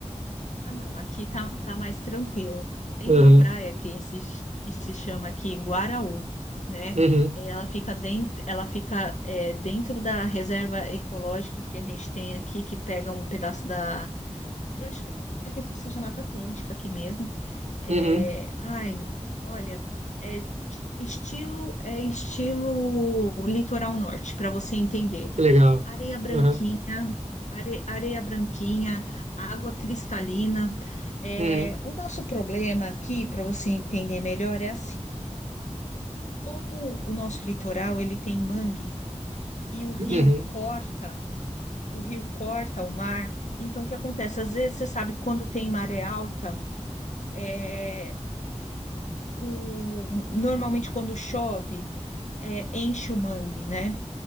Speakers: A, on the left (about 70°); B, on the right (about 65°).
A: Ah, não, aqui tá, tá mais tranquilo. Tem
B: Aham,
A: uma praia que se, que se chama aqui Guaraú, né?
B: Uhum,
A: Eh, Ela fica dentro, ela fica eh, dentro da reserva ecológica que a gente tem aqui, que pega um pedaço da. Eu acho que eu acredito que seja Mata Atlântica aqui mesmo. É,
B: uhum,
A: ai, olha, é t- estilo é estilo litoral norte, para você entender.
B: que legal.
A: Areia branquinha,
B: Aham,
A: are- areia branquinha, água cristalina. É,
B: Uhum,
A: o nosso problema aqui, para você entender melhor, é assim: como o nosso litoral ele tem mangue e o rio
B: uhum.
A: corta, o rio corta o mar. Então, o que acontece? Às vezes, você sabe, quando tem maré alta, é, o, normalmente quando chove, é, enche o mangue, né?